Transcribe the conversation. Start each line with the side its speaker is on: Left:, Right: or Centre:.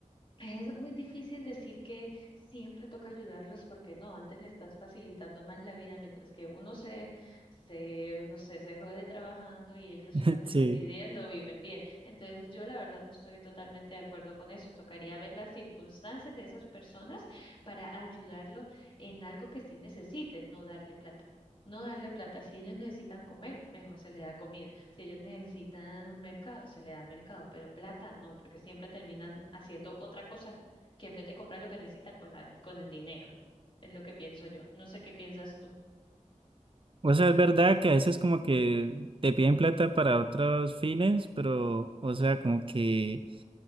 Left: Es muy difícil decir que siempre toca ayudarlos porque no, antes le estás facilitando más la vida mientras que uno se, se, no sé, se jode trabajando y ellos
Right: <laughs>
Left: solamente
Right: Sí.
Left: pidiendo viven bien. Entonces yo la verdad no estoy totalmente de acuerdo con eso. Tocaría ver las circunstancias de esas personas para ayudarlo en algo que sí necesiten, no darle plata. No darle plata. Si ellos necesitan comer, mejor se le da comida. Si ellos necesitan un mercado, se le da mercado. Pero plata no, porque siempre terminan haciendo otra cosa que en vez de comprar lo que necesitan con la, con el dinero. Es lo que pienso yo. No sé qué piensas tú.
Right: O sea, es verdad que a veces como que te piden plata para otros fines, pero, o sea, como que...